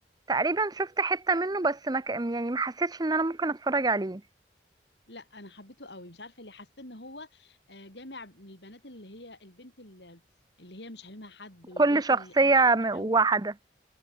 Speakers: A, on the right; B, on the left.
A: تقريبا شفت حته منه بس ما ك- يعني ما حسيتش ان انا ممكن اتفرج عليه
B: لا انا حبيته قوي مش عارفه ليه حسيت ان هو آه، جامع من البنات اللي هي البنت اللي اللي هي مش حبيبها حد والبنت
A: كل شخصية
B: اللي اللي غنيه
A: م-
B: قوي
A: واحدة